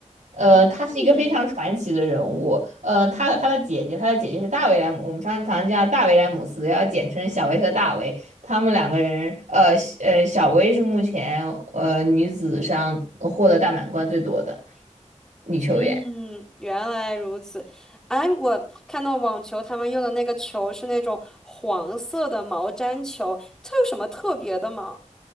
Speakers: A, on the right; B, in the centre.
A: 呃，
B: 嗯嗯
A: 她是一个非常传奇的人物。呃，她她的姐姐，她的姐姐是大威廉姆，我们常常叫大威廉姆斯，要简称小威和大威。他们两个人，呃小呃，小威是目前呃女子上获得大满贯最多的女球员。
B: 嗯，原来如此。哎，我看到网球他们用的那个球是那种黄色的毛毡球，它有什么特别的吗？